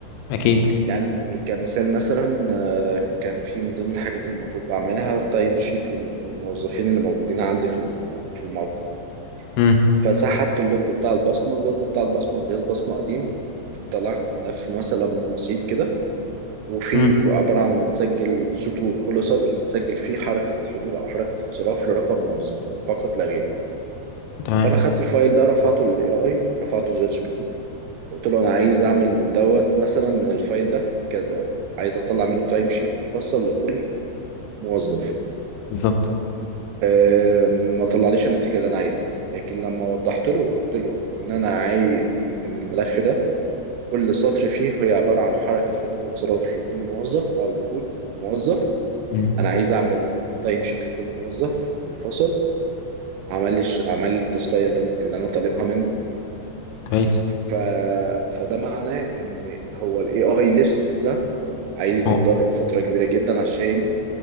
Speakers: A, on the left; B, on the right.
A: اكيد
B: يعني كمثال مثلا آه، كان في من ضمن الحاجات اللي المفروض بعملها تايم شيت لم- للموظفين اللي موجودين عندي في ال- في الموقع
A: امم
B: فسحبت اللوج بتاع البصمة اللوج بتاع البصمة جهاز بصمة قديم مطلع لك ملف مثلا بسيط كده وفي
A: امم
B: ك- عبارة عن متسجل سطور كل سطر متسجل فيه حركة حضور أو حركة انصراف لرقم موظف فقط لا غير
A: تمام
B: فانا خدت الفايل ده رفعته للاي اي رفعته لجات جي بي تي قلت له انا عايز اعمل من دوت مثلا من الفايل ده كذا عايز اطلع منه تايم شيت مفصل لكل موظف
A: بالظبط
B: أه ما طلعليش النتيجه اللي انا عايزها لكن لما وضحت له قلت له ان انا عايز ان, إن الملف ده كل سطر فيه هي عباره عن حركه حضور وانصراف لكل موظف او لكود موظف
A: امم
B: انا عايز اعمل تايم شيت لكل موظف منفصل عمل لي الش- عمل لي التاسكيه اللي انا اللي انا طالبها منه
A: كويس
B: ف... فده معناه ان هو الاي اي لسه عايز
A: هو
B: يتدرب فترة كبيرة جدا عشان